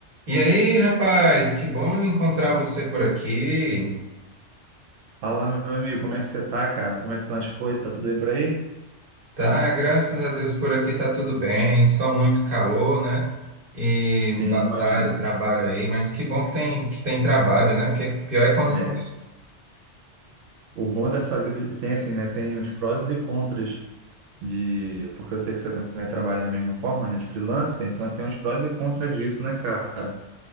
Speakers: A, on the right; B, on the right.
A: E aí, rapaz, que bom encontrar você por aqui.
B: Fala, meu amigo, como é que você tá, cara? Como é que estão as coisas? Tá tudo bem por aí?
A: Tá, graças a Deus por aqui tá tudo bem, só muito calor, né? E
B: Sim,
A: batalha,
B: imagino.
A: trabalho aí, mas que bom que tem que tem trabalho, né? Porque pior é quando
B: É,
A: não.
B: o bom dessa vida tem assim, né? Tem os prós e contras de, porque eu sei que você também trabalha da mesma forma, né? De freelancer, então tem os prós e contras disso, né, cara?